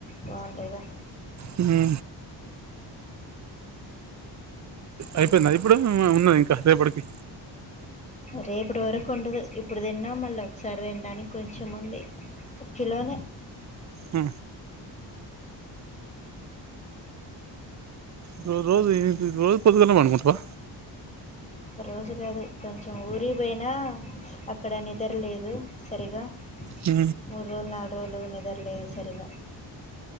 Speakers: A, on the left; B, on the right.
A: బాగుంటయిగా
B: హు అయిపోయిందా ఇప్పుడు ఉ ఉన్నదా ఇంకా రేపటికి
A: రేపుటి వరకు ఉండదు ఇప్పుడు తిన్నాం మళ్ళీ ఒకసారి తినడానికి కొంచెం ఉంది కిలోనే
B: ఆ నువ్వు రోజు ఇది రోజు పొద్దుగాలనే పండుకుంటవా
A: రోజు కాదు కొంచెం ఊరికి పోయినా అక్కడ నిద్రలేదు సరిగా
B: అ
A: మూడు రోజులు నాలుగు రోజులు నిద్రలేదు సరిగా